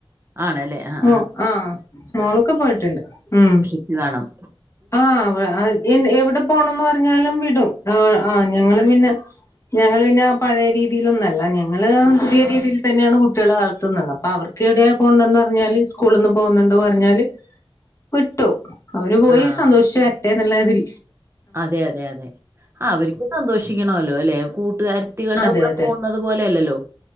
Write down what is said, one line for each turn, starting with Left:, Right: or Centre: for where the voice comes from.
Right: ആണല്ലേ ആഹ്
Left: മോ ആഹ് മോളൊക്കെ പോയിട്ടുണ്ട് ഉം.
Right: ഇതാണം
Left: ആഹ് വ് എ എവിടെ പോണംന്ന് പറഞ്ഞാലും വിടും. ആഹ് ആഹ് ഞങ്ങള് പിന്നെ ഞങ്ങള് പിന്നെ ആ പഴേ രീതിയിലൊന്നല്ല, ഞങ്ങള് പുതിയ രീതിയിൽ തന്നെയാണ് കുട്ടിയാളെ വളർത്തുന്നത്. അപ്പൊ അവർ ക്കെവിടെയാ പോണ്ടന്ന് പറഞ്ഞാല് സ്കൂളിന്ന് പോകുന്നുണ്ട് പറഞ്ഞാല് വിട്ടു. അവര് പോയി
Right: ആഹ്
Left: സന്തോഷിച്ചു വരട്ടെ ന്ന്ള്ളതിൽ
Right: അതെ അതെ അതെ. ആ അവര്ക്കും സന്തോഷി ഷിക്കണോല്ലോ ല്ലെ. കൂട്ടുകാരത്തികൾടെ
Left: അതെ
Right: കൂടെ
Left: അതെ
Right: പോകുന്നത് പോലെയല്ലല്ലോ